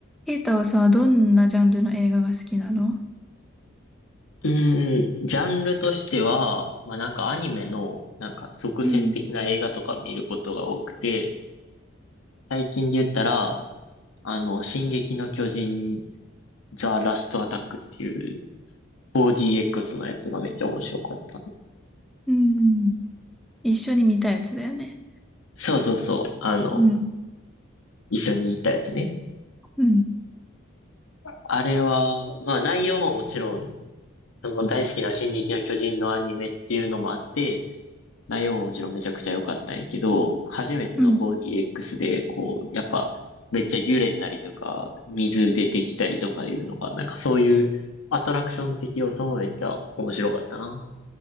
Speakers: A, in the centre; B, on the left.
A: ケイタはさ、どんなジャンルの映画が好きなの
B: うーん、ジャンルとしては、まあなんかアニメのなんか続編的な映画とか見ることが多くて、
A: うん、
B: 最近で言ったら、あの、進撃の巨人、ザ・ラスト・アタックっていう 4DX のやつがめっちゃ面白かった。
A: うん、一緒に見たやつだよね。
B: そうそうそう、あの、
A: うん、
B: 一緒にいたやつね。
A: うん、
B: あれは、まあ内容ももちろん、その大好きな進撃の巨人のアニメっていうのもあって、内容ももちろんめちゃくちゃ良かったんやけど、初めての
A: うん、
B: 4DX で、こう、やっぱ、めっちゃ揺れたりとか、水出てきたりとかいうのが、なんかそういうアトラクション的要素もめっちゃ面白かったな。